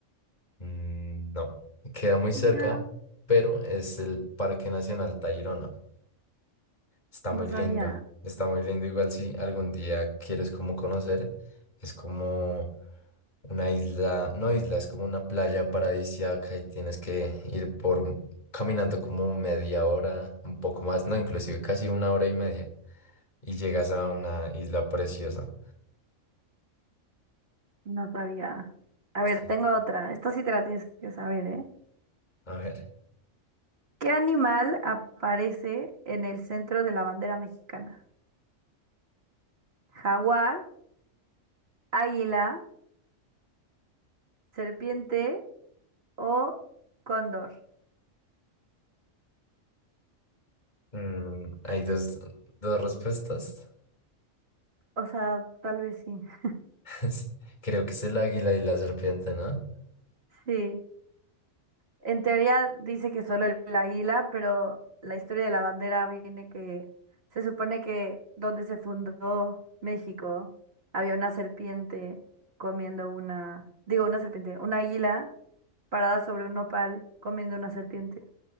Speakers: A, on the left; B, on the right.
A: Mm, No, queda muy cerca,
B: No,
A: pero es el Parque Nacional Tayrona. Está
B: no
A: muy
B: sabía,
A: lindo, está muy lindo. Igual si algún día quieres como conocer, es como una isla, no isla, es como una playa paradisíaca y tienes que ir por caminando como media hora, un poco más, no, inclusive casi una hora y media y llegas a una isla preciosa.
B: no sabía. A ver,
A: Sí.
B: tengo otra. Esta sí te la tienes que saber, ¿eh?
A: A ver,
B: ¿Qué animal aparece en el centro de la bandera mexicana? ¿Jaguar, águila, serpiente o cóndor?
A: mm, hay dos, dos respuestas.
B: O sea, tal vez sí. <laughs>
A: <laughs> Creo que es el águila y la serpiente, ¿no?
B: Sí. En teoría dice que solo el, águila, pero la historia de la bandera viene que se supone que donde se fundó México había una serpiente comiendo una, digo una serpiente, una águila parada sobre un nopal comiendo una serpiente.